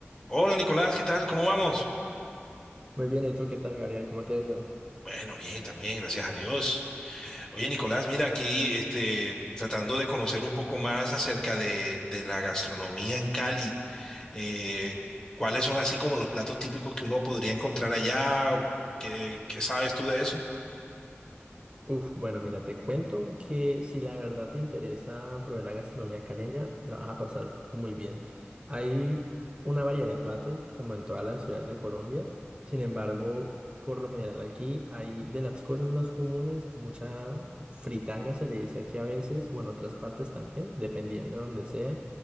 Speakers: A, on the left; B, on the right.
A: Hola Nicolás, ¿qué tal? ¿Cómo vamos?
B: Muy bien, ¿y tú qué tal, Gabriel? ¿Cómo te ha ido?
A: Bueno, bien, también, gracias a Dios. Oye Nicolás, mira aquí, este, tratando de conocer un poco más acerca de, de la gastronomía en Cali. Eh, ¿cuáles son así como los platos típicos que uno podría encontrar allá? ¿Qué, qué sabes tú de eso?
B: Uf, bueno, mira, te cuento que si la verdad te interesa probar la gastronomía caleña, la vas a pasar muy bien. Hay una variedad de platos, como en todas las ciudades de Colombia. Sin embargo, por lo general aquí hay de las cosas más comunes, hay mucha fritanga, se le dice aquí a veces, bueno, otras partes también, dependiendo de donde sea.